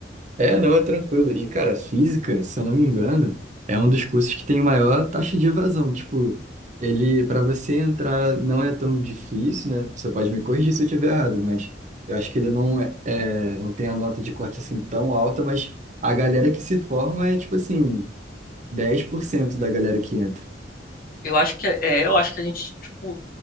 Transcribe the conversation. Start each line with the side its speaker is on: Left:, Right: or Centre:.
Right: É, não, é tranquilo. E, cara, física, se eu não me engano, é um dos cursos que tem maior taxa de evasão. Tipo, ele, para você entrar, não é tão difícil, né? Você pode me corrigir se eu estiver errado, mas eu acho que ele não é, é- não tem a nota de corte assim tão alta, mas a galera que se forma é, tipo assim, dez por cento da galera que entra.
Left: Eu acho que é, é, eu acho que a gente, tipo,